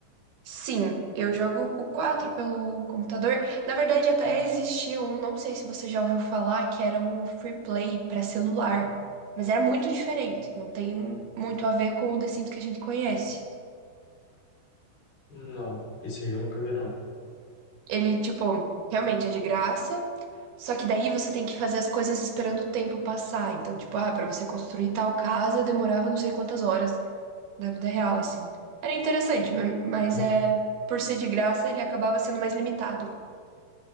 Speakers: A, on the right; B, on the left.
A: Sim, eu jogo o 4 pelo computador. Na verdade, até existia um, não sei se você já ouviu falar, que era um free play para celular. Mas era muito diferente, não tem muito a ver com o The Sims que a gente conhece.
B: Não, esse aí eu nunca vi, não.
A: Ele, tipo, realmente é de graça. Só que daí você tem que fazer as coisas esperando o tempo passar. Então, tipo, ah, pra você construir tal casa demorava não sei quantas horas da vida real, assim. Era interessante, ma- mas
B: tá?
A: é por ser de graça, ele acabava sendo mais limitado.